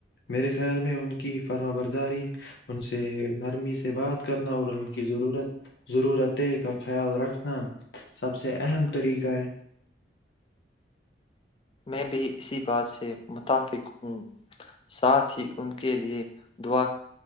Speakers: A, on the left; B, on the left.
A: میرے خیال میں ان کی فرم برداری ان سے نرمی سے بات کرنا اور ان کی ضرورت ضرورتیں کا خیال رکھنا سب سے اہم طریقہ ہے
B: میں بھی اسی بات سے متفق ہوں ساتھ ہی ان کے لے دعا